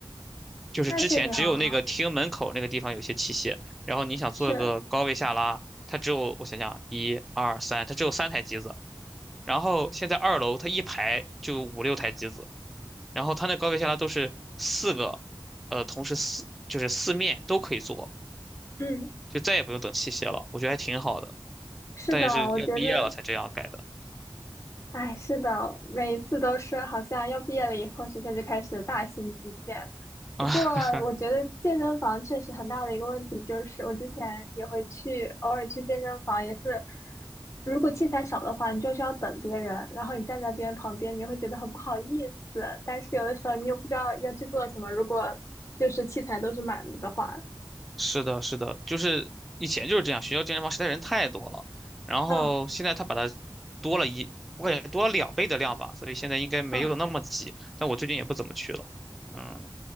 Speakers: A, in the centre; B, on the left.
A: 就是之前只有那个厅门口那个地方有些器械，
B: 那确实很好。
A: 然后你想做个高位下拉，
B: 是，
A: 它只有我想想，一二三，它只有三台机子。然后现在二楼它一排就五六台机子，然后它那高位下拉都是四个，呃，同时四就是四面都可以做。
B: 嗯。
A: 就再也不用等器械了，我觉得还挺好的。
B: 是的，
A: 但也是要毕业了才这样改的
B: 我觉得，哎，是的，每一次都是好像要毕业了以后，学校就开始大型基建。不过，
A: 啊。
B: 我觉得健身房确实很大的一个问题就是，
A: <laughs>
B: 我之前也会去，偶尔去健身房，也是，如果器材少的话，你就需要等别人，然后你站在别人旁边，你会觉得很不好意思。但是有的时候你又不知道要去做什么，如果就是器材都是满了的话，
A: 是的，是的，就是以前就是这样，学校健身房实在人太多了，然后现在他把它多了一，
B: 嗯
A: 我感觉多了两倍的量吧，所以现在应该没有那么挤。
B: 嗯，
A: 但我最近也不怎么去了，嗯，